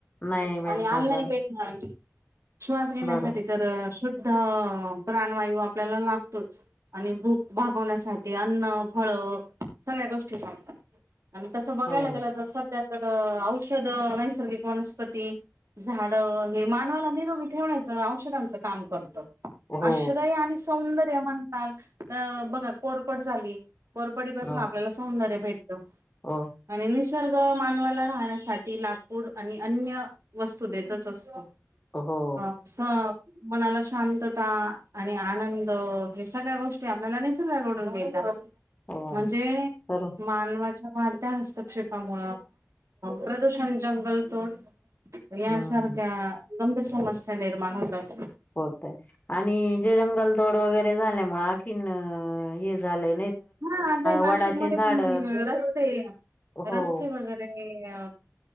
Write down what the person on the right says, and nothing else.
आणि अन्न
भेटणार नाही. श्वास घेण्यासाठी
तर शुद्ध प्राणवायू आपल्याला लागतोच आणि भूक भागवण्यासाठी अन्न फळ सगळ्या गोष्टी सांगतात आणि तसं
बघायला गेलं तर सध्या तर औषध नैसर्गिक वनस्पती झाड हे मानवाला निरोगी ठेवण्याचं औषधांचं काम करतं.
आश्रय आणि सौंदर्य म्हणताल तर बघा कोरफड झाली. कोरफडी पासून
आपल्याला सौंदर्य भेटत
आणि निसर्ग मानवाला राहण्यासाठी लाकूड आणि अन्य वस्तू देतच असतो.
अ स मनाला शांतता आणि आनंद हे सगळ्या गोष्टी आपल्याला निसर्गाकडून मिळतात
म्हणजे
मानवा वाढत्या हस्तक्षेपामु प्रदूषण जंगल तोड यासारख्या
गंभीर समस्या निर्माण होतात.
हा ते नाशिकमध्ये
पण रस्ते
रस्ते वगैरे अ